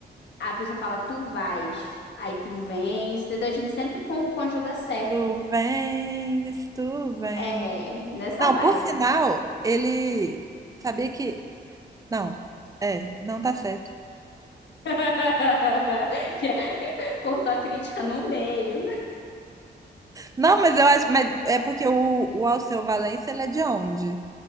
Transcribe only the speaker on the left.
a pessoa fala tu vais, aí tu vens, entendeu? A gente sempre con- conjuga certo.
É, nessa
vibe.
<laughs> Já- Cortou a crítica no meio.